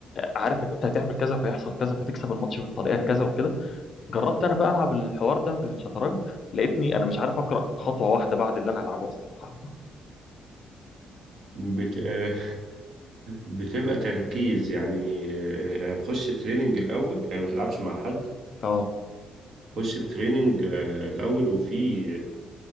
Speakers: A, on the left; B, on the right.
A: عارف ان انت هتعمل كذا فيحصل كذا فتكسب الماتش بالطريقه كذا وكده جربت انا بقى العب الحوار ده في الشطرنج لقيتني انا مش عارف اقرا خطوه واحده بعد اللي انا هلعبه اصلا
B: بت... <laughs> بتبقى تركيز يعني آه، آه، خش تريننج الأول يعني ما تلعبش مع حد
A: اه
B: خش تريننج آه، الأول وفي